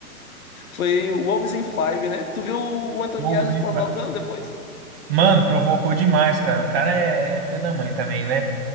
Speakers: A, on the left; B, on the right.
A: Foi o Wolves in Five, né? Tu viu o
B: <laughs>
A: Anthony
B: Wolves
A: Edwards
B: em
A: provocando
B: Fire.
A: depois?
B: Mano, provocou demais, cara. O cara é, é filho da mãe também, né?